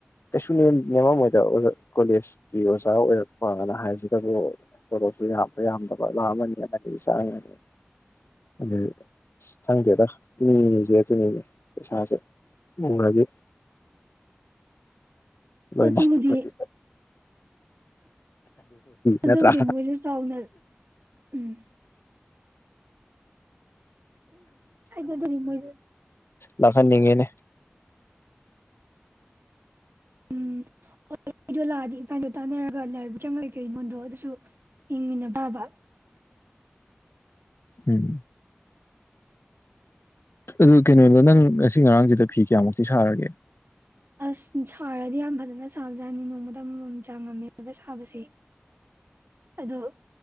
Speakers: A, on the left; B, on the right.
A: ꯀꯩꯁꯨ ꯅꯦꯝꯃꯝꯣꯏꯗ ꯀꯣꯂꯦꯖꯀꯤ ꯑꯣꯖꯥ ꯑꯣꯏꯔꯛꯄꯅ ꯍꯥꯏꯕꯁꯤꯗꯕꯨ ꯇꯣꯂꯣꯞꯁꯨ ꯌꯥꯝꯕ ꯌꯥꯝꯗꯕ ꯂꯥ ꯑꯃꯅꯤ ꯑꯃꯅꯤꯆꯥꯔꯝꯒꯅꯤ ꯑꯗꯨ ꯈꯪꯗꯦꯗ <unintelligible> ꯑꯗꯨꯅꯤꯅꯦ ꯄꯩꯁꯥꯁꯦ <unintelligible> ꯂꯣꯏꯅꯁꯤꯠꯄꯗꯤ
B: ꯑꯗꯨꯕꯨꯗꯤ ꯑꯗꯨꯕꯨꯗꯤ
A: ꯅꯠꯇ꯭ꯔꯥ
B: ꯃꯣꯏꯁꯨꯦ ꯆꯥꯎꯅ ꯎꯝ ꯑꯗꯨ ꯒꯤ ꯃꯣꯏꯁ
A: ꯂꯥꯛꯍꯟꯅꯤꯡꯉꯦꯅꯦ
B: ꯎꯝ ꯑꯣ ꯑꯩꯗꯣ ꯂꯥꯛꯑꯗꯤ ꯏꯕꯥꯅꯤꯗ ꯇꯥꯟꯅꯔꯒ ꯂꯥꯏ ꯆꯪꯉꯛꯏ ꯀꯩꯅꯣ ꯑ <unintelligible> ꯑꯗꯨꯁꯨ ꯌꯦꯡꯃꯤꯟꯅꯇꯥꯕ
A: ꯎꯝ ꯑꯗꯣ ꯀꯩꯅꯣꯗꯣ ꯅꯪ ꯉꯁꯤ ꯉꯔꯥꯡꯁꯤꯗ ꯐꯤ ꯀꯌꯥꯝꯃꯨꯛꯇꯤ ꯁꯥꯔꯒꯦ꯫
B: ꯑꯁ ꯁꯥꯔꯗꯤ ꯌꯥꯝ ꯐꯖꯅ ꯁꯥꯕꯖꯥꯠꯅꯤ ꯅꯣꯡꯃꯗ ꯑꯃꯃꯝ ꯆꯥꯡꯉꯝꯃꯦꯕ ꯁꯥꯕꯁꯦ ꯑꯗꯣ